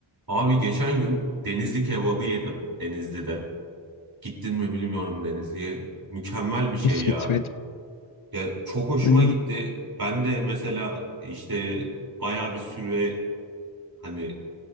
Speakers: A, on the right; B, on the left.
A: Abi geçen gün Denizli kebabı yedim Denizli'de. Gittin mi bilmiyorum Denizli'ye. Mükemmel bir şey
B: Hiç
A: ya.
B: gitmedim.
A: Ya çok hoşuma
B: N-
A: gitti. Ben de mesela işte bayağı bir süre hani